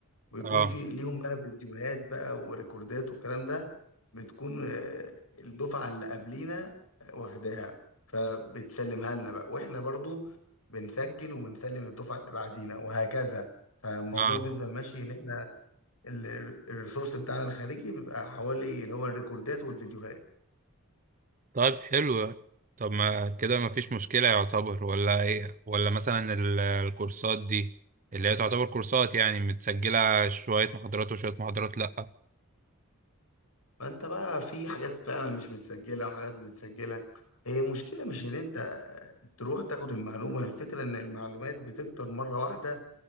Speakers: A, on the left (about 80°); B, on the right (about 35°).
A: ويكون
B: اه
A: في ليهم بقى فيديوهات بقى وريكوردات والكلام ده بتكون آه، الدفعة اللي قبلينا آه، واخداها فبتسلمها لنا بقى واحنا برضو بنسجل وبنسلم للدفعة اللي بعدينا وهكذا فالموضوع
B: اه
A: بيفضل ماشي ان احنا ال- ال- الريسورس بتاعنا الخارجي بيبقى حوالي اللي هو الريكوردات والفيديوهات
B: طيب حلو طب ما كده ما فيش مشكله يعتبر ولا ايه ولا مثلا ال- الكورسات دي اللي هي تعتبر كورسات يعني متسجله شويه محاضرات وشويه محاضرات لا
A: فانت بقى في حاجات فعلا مش متسجلة وحاجات متسجلة هي مشكلة مش ان انت تروح تاخد المعلومة الفكرة ان المعلومات بتكتر مرة واحدة